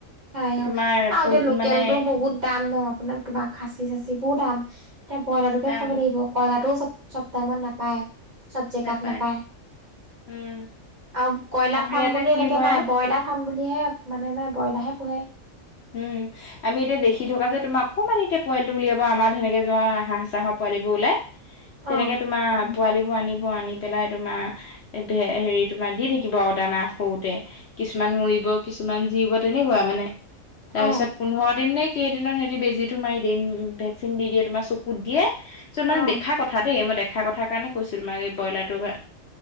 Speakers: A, on the right; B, on the left.
A: আয়
B: তোমাৰ
A: আৰু
B: পোন-
A: লোকেলটো
B: মানে
A: বহুত দাম ন আপোনাৰ তোমাৰ খাচী চাচি বোৰ দাম এতিয়া ব্ৰইলাৰটোকে
B: দাম
A: খাব লাগিব কইলাটোও চব চব টাইমত নাপায় চব জেগাত
B: নাপায়
A: নেপায়
B: উম
A: আৰু কইলাৰ
B: আমাৰ
A: ফাৰ্ম
B: ইয়াতে
A: বুলি
B: কি
A: এনেকে
B: হয়
A: নাই ব্ৰইলাৰ ফাৰ্ম বুলিহে মানে মানুহে পুহে
B: উম আমি এতিয়া দেখি থকা যে তোমাৰ অকণমানিতে পোৱালিটো উলিয়াব আমাৰ যেনেকে হাঁহ চাহাৰ পোৱালিবোৰ ওলাই
A: অ
B: তেনেকে তোমাৰ পোৱালিবোৰ আনিব আনি পেলাই তোমাৰ এ ধে হেৰি তোমাৰ দি থাকিব আৰু দানা সৰুতে কিছুমান মৰিব কিছুমান জীয়িব তেনেকুৱা মানে তাৰ
A: অ
B: পিছত পোন্ধৰ দিন নে কেইদিনত সিহতি বেজীতো মাৰি ভেকচিন দি দিয়ে তোমাৰ চকুত দিয়ে চ মই
A: অ
B: দেখা কথা দেই মই দেখা কথা কাৰণে কৈছো তোমাক এই ব্ৰইলাৰটোৰ